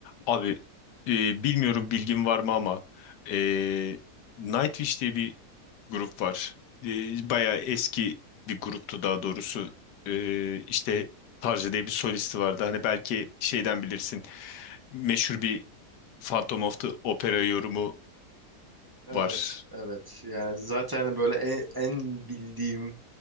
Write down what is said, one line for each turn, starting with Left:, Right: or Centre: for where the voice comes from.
Left: Abi e, bilmiyorum bilgin var mı ama e, Nightwish diye bir grup var. E, bayağı eski bir gruptu daha doğrusu. E, işte Tarja diye bir solisti vardı. Hani belki şeyden bilirsin. Meşhur bir Phantom of the Opera yorumu
Right: Evet,
Left: var.
Right: evet. Yani zaten hani böyle en, en bildiğim